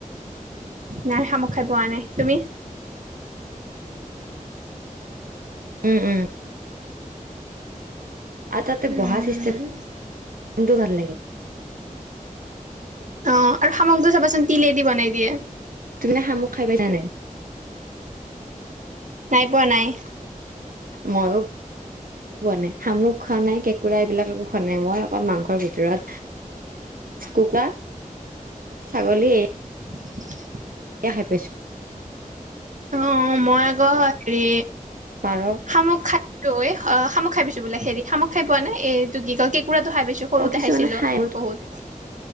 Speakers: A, on the right; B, on the right.
A: নাই শামুক খাই পোৱা নাই তুমি?
B: উম উম আৰু তাতে
A: উম
B: বহা চিষ্টেমটো ভাল লাগে।
A: অ আৰু শামোক টো চাবাচোন তিলেদি বনাই দিয়ে।
B: তুমি শামোক খাই পাইছা নাই?
A: নাই পোৱা নাই।
B: মইয়ো পোৱা নাই শামুক খোৱা নাই কেঁকুৰা এইবিলাক একো খোৱা নাই মই অকল মাংসৰ ভিতৰত কুকুৰা ছাগলী
A: <inaudible>
B: এয়া খাই পাইছোঁ।
A: অ মই আকৌ হেৰি
B: পাৰ
A: শামুক খাইছোঁ এ অ শামুক খাই পাইছোঁ বোলে হেৰি শামুক খাই পোৱা নাই এইটো কি কয় কেঁকোৰা খাই পাইছো সৰুতে
B: অ কিছুমানে
A: খাইছিলোঁ
B: খাই
A: বহুত।